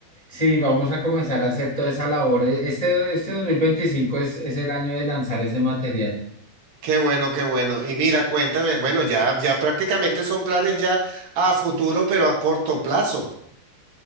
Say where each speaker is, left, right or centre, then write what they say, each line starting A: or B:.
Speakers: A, on the left (about 75°); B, on the right (about 60°).
A: sí, vamos a comenzar a hacer toda esa labor. E, Este, este 2025 es, es el año de lanzar ese material.
B: Qué bueno, qué bueno. Y mira, cuéntame, bueno, ya, ya prácticamente son planes ya a futuro, pero a corto plazo.